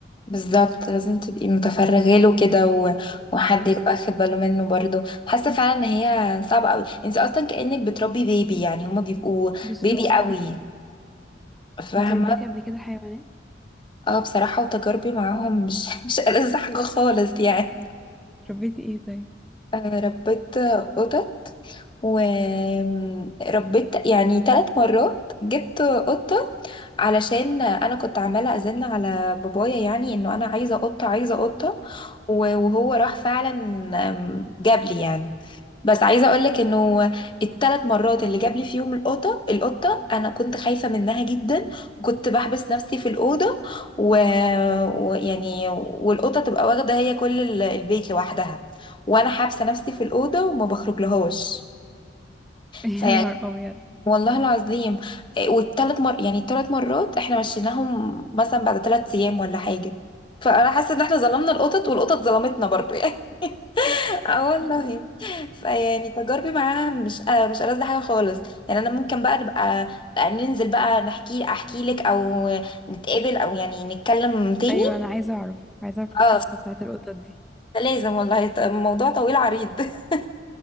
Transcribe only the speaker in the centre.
بالظبط
بالظبط
انتي ربيتي قبل كده حيوانات
ربيتي ايه طيب
<laughs>
يا نهار ابيض
ايوه انا عايزة اعرف عايزة اعرف
القصة بتاعت القطط دي